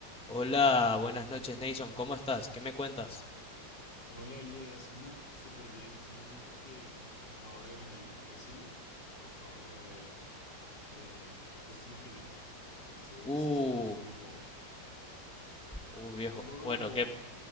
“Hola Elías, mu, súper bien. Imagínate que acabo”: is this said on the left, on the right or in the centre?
Left